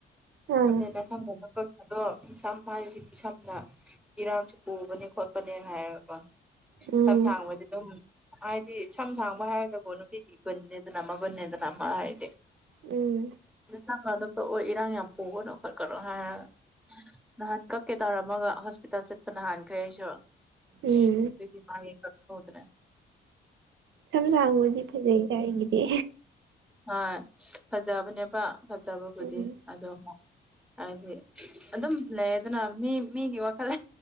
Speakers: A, on the right; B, in the centre.
A: ꯑꯥ
B: ꯑꯗꯨꯅ ꯁꯝꯅꯛꯗꯣ ꯁꯝ ꯍꯥꯏꯔꯤꯁꯤꯗꯤ ꯁꯝꯅ ꯏꯔꯥꯡꯁꯨ ꯄꯨꯕꯅꯦ ꯈꯣꯠꯄꯅꯦꯅ ꯍꯥꯏꯔꯒꯀꯣ
A: ꯎꯝ
B: ꯁꯝ ꯁꯥꯡꯕꯁ ꯑꯗꯨꯝ ꯍꯥꯏꯗꯤ ꯁꯝ ꯁꯥꯡꯕ ꯍꯥꯏꯔꯒꯕꯨ ꯅꯨꯄꯤꯒꯤ ꯒꯨꯟꯅꯦꯗꯅ ꯑꯃꯒꯨꯟꯅꯦꯗꯅ ꯑꯃ ꯍꯥꯏ
A: ꯎꯝ
B: ꯊꯃꯅ ꯍ ꯏꯔꯥꯡ ꯌꯥꯝ ꯄꯨꯒꯅꯨ ꯈꯣꯠꯀꯅꯣ ꯍꯥꯏꯔꯒ ꯅꯍꯥꯟ ꯀꯛꯀꯦ ꯇꯥꯔꯝꯃꯒ ꯄꯇ ꯆꯠꯄ ꯅꯍꯥꯟꯈ꯭ꯔꯦ ꯑꯩꯁꯨ ꯑꯗꯨꯗꯤ
A: ꯎꯝ
B: ꯃꯥ ꯀꯛꯍꯧꯗ꯭ꯔꯦ
A: ꯁꯝꯂꯥꯡꯕꯗꯤ ꯐꯖꯩ ꯀ ꯑꯩꯒꯤꯗꯤ
B: ꯍꯣꯏ ꯐꯖꯕꯅꯦꯕ ꯐꯖꯕꯕꯨꯗꯤ
A: ꯎꯝ
B: ꯑꯗꯣ ꯑꯃꯨꯛ ꯍꯥꯏꯗꯤ ꯑꯗꯨꯝ ꯂꯩꯗꯅ ꯃꯤ ꯃꯤꯒꯤ ꯋꯥꯈꯜ